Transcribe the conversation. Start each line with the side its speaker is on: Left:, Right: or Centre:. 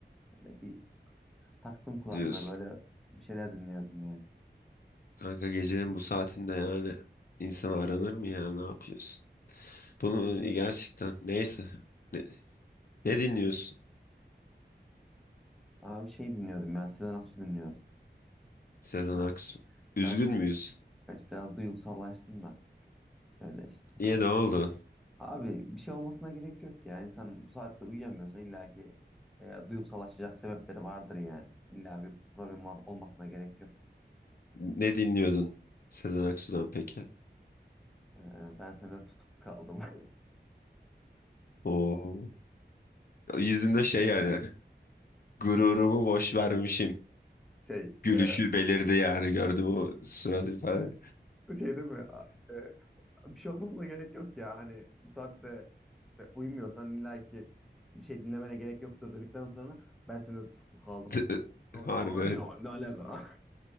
Centre: Böyle bir taktım kulaklığı
Left: diyorsun.
Centre: böyle bir şeyler dinliyordum ya.
Left: Kanka gecenin bu saatinde yani insan aranır mı ya ne yapıyorsun? Bunu gerçekten neyse. Ne, ne dinliyorsun
Centre: Aa, bir şey dinliyordum ya. Size nasıl dinliyordum?
Left: Sezen
Centre: Ya.
Left: Aksu? Üzgün
Centre: Biraz,
Left: müyüz?
Centre: evet, biraz duygusallaştım da. Öyle işte. Ne
Left: Niye ne oldu?
Centre: Abi bir şey olmasına gerek yok ya. İnsan bu saatte uyuyamıyorsa illa ki e, duygusallaşacak sebepleri vardır yani. İlla bir problem ol- olmasına gerek yok.
Left: Ne dinliyordun Sezen Aksu'dan peki?
Centre: E, ben sende tutuk kaldım. <laughs>
Left: Oo. Yüzünde şey yani <laughs> gururumu boş vermişim.
Centre: Şey,
Left: Gülüşü
Centre: e,
Left: belirdi yani gördüm o surat ifade.
Centre: e, şey değil mi? A- e, bir şey olmasına gerek yok ya. Hani bu saatte işte uyumuyorsan illa ki bir şey dinlemene gerek yoktur dedikten sonra ben sende tutuklu kaldım.
Left: <laughs>
Centre: Abi,
Left: Harbi
Centre: abi,
Left: evet.
Centre: Ne, ne alaka?